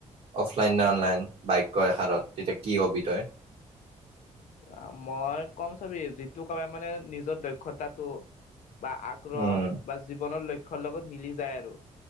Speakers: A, on the right; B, on the left.
A: অফলাইন নে অনলাইন, বাক্য এষাৰত তেতিয়া কি হবি তই?
B: আ, মই কম চাবি যিটো কলে মানে নিজৰ দক্ষতাটো বা আগ্ৰহ
A: উম
B: বা জীৱনৰ লক্ষ্য লগত মিলি যায় আৰু